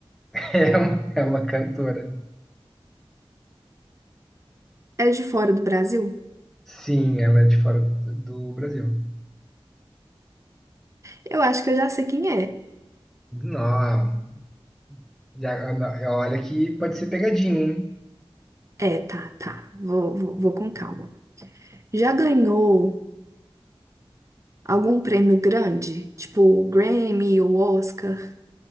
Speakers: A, in the centre; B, on the right.
A: <laughs> É uma, é uma cantora.
B: É de fora do Brasil?
A: Sim, ela é de fora do do Brasil.
B: Eu acho que eu já sei quem é.
A: Não, já, olha que pode ser pegadinha, hein?
B: É, tá, tá. Vou, vou, vou com calma. Já ganhou Algum prêmio grande? Tipo o Grammy ou Oscar?